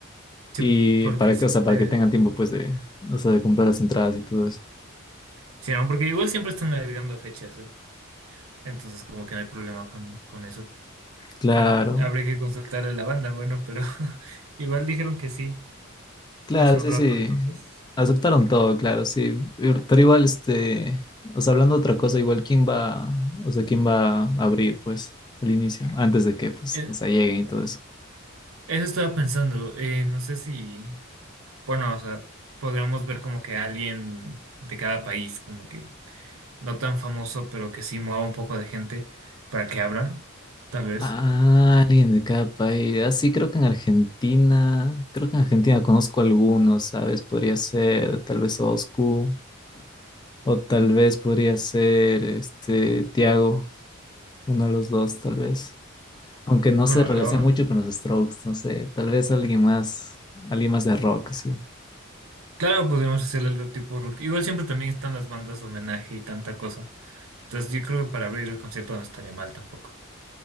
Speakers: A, on the right; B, on the left.
A: Sí,
B: Y
A: porque
B: para
A: siempre,
B: que, o sea, para que tengan tiempo, pues, de, o sea, de comprar las entradas y todo eso.
A: sí, ¿no? Porque igual siempre están agregando fechas, ¿eh? Entonces como que no hay problema con, con eso.
B: Claro,
A: Aún Habría que consultar a la banda, bueno, pero <laughs> igual dijeron que sí
B: claro,
A: hace un
B: sí,
A: rato,
B: sí.
A: entonces.
B: Aceptaron todo, claro, sí. Y- Pero igual, este, o sea, hablando de otra cosa, igual, ¿quién va, o sea, quién va a abrir, pues, al inicio, antes de que, pues,
A: eh,
B: o sea, lleguen y todo eso?
A: Eso estaba pensando, eh, no sé si, Bueno, o sea, podríamos ver como que alguien de cada país, como que no tan famoso, pero que sí mueva un poco de gente para que abran, tal vez.
B: Ah, alguien de cada país. Así creo que en Argentina, creo que en Argentina conozco algunos, ¿sabes? Podría ser tal vez Oscu, o tal vez podría ser este Tiago, uno de los dos, tal vez. Aunque no se
A: Bueno,
B: relaciona
A: lo-
B: mucho con los Strokes, no sé, tal vez alguien más, alguien más de rock, sí.
A: claro, podríamos hacer algo tipo rock. Igual siempre también están las bandas de homenaje y tanta cosa. Entonces yo creo que para abrir el concierto no estaría mal tampoco,